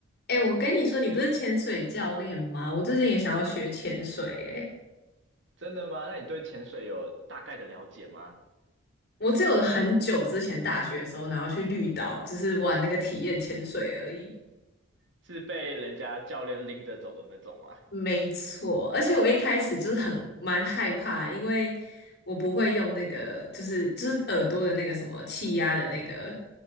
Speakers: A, on the left (about 50°); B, on the right (about 65°).
A: 哎、我跟你说，你不是潜水教练吗？我最近也想要学潜水、哎，
B: 真的吗？那你对潜水有大概的了解吗？
A: 我只有很久之前大学的时候，然后去绿岛，只是玩那个体验潜水而已。
B: 是被人家教练拎着走的那种吗？
A: 没错，而且我一开始就是很蛮害怕，因为我不会用那个，就是就是耳朵的那个什么气压的那个，